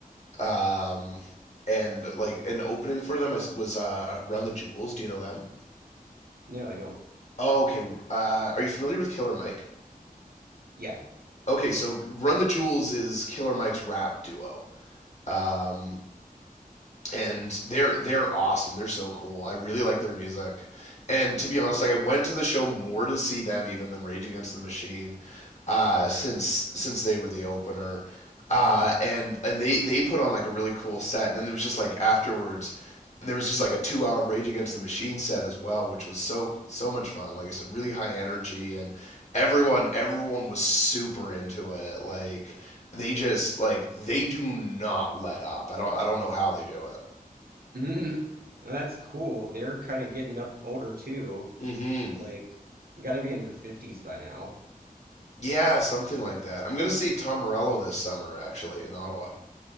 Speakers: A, on the left; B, on the right.
A: Um and like an opening for them was uh Run the Jewels. Do you know them?
B: No, I don't.
A: Oh, okay. Uh are you familiar with Killer Mike?
B: Yeah.
A: Okay, so Run the Jewels is Killer Mike's rap duo. Um and they're they're awesome. They're so cool. I really like their music. And to be honest, like I went to the show more to see them even than Rage Against the Machine, uh, since since they were the opener. Uh, and and they they put on like a really cool set. And then there was just like afterwards, there was just like a two hour Rage Against the Machine set as well, which was so so much fun. Like I said, really high energy and everyone everyone was super into it. Like they just like they do not let up. I don't I don't know how they do it.
B: <laughs> That's cool. They're kind of getting up older too.
A: Mm-hmm.
B: Like, gotta be in their 50s by now.
A: Yeah, something like that. I'm gonna see Tom Morello this summer, actually, in Ottawa.